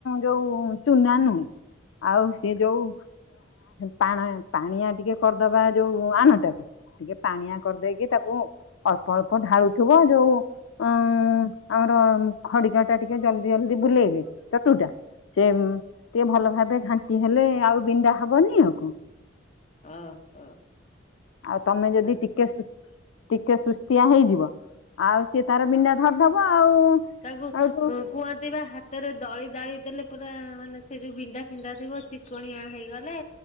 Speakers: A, on the left; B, on the left.
A: ଯୋଉ ଚୁନା ନୁହେଁ ଆଉ ସେ ଯୋଉ ପା ପାଣିଆ ଟିକେ କରିଦବା ଯୋଉ ଆଣଟାକୁ। ଟିକେ ପାଣିଆ କରିଦେଇକି ତାକୁ ଅଳ୍ପ ଅଳ୍ପ ଢାଳୁଥିବ ଯୋଉ ଅଁ ଆମର ଖଡିକା ଟା ଟିକେ ଜଲଦି ଜଲଦି ବୁଲେଇବେ ଚଟୁ ଟା। ସେ ଟିକେ ଭଲ ଭାବେ ଘାଣ୍ଟି ହେଲେ ଆଉ ବିଣ୍ଡା ହବନି ଆଉ କଣ।
B: ଓହୋ।
A: ଆଉ ତମେ ଯଦି
B: ଆଚ୍ଛା
A: ଟିକେ ସୁ ଟିକେ ସୁସ୍ତିଆ ହେଇଯିବ, ଆଉ ସେ ତାର ବିଁଣ୍ଡା ଧରିଦବ। ଆଉ
B: ତାକୁ ଉ
A: ଆଉଠୁ
B: କୁହନ୍ତି ବା ହାତରେ ଦଳି ଦାଳି ଦେଲେ ପୁରା ମାନେ ସେ ଯୋଉ ବିଣ୍ଡା ଫିଣ୍ଡା ଥିବ ଚିକଣିଆ ହେଇଗଲେ